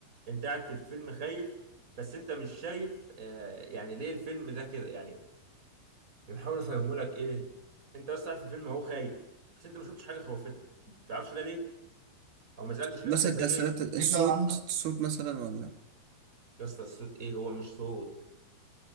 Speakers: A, on the right (about 15°); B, on the right (about 60°).
A: انت قاعد في الفيلم خايف بس انت مش شايف آه يعني ليه الفيلم ده كده يعني بحاول افهمه لك ايه انت اصلا قاعد في الفيلم هو خايف بس انت ما شفتش حاجه خوفتك ما بتعرفش ده ليه او ما سالتش نفسك
B: مثلا
A: ده
B: تأثيرات
A: ليه
B: ليك الصوت الصوت مثلا ولا
A: يا اسطى الصوت ايه هو مش صوت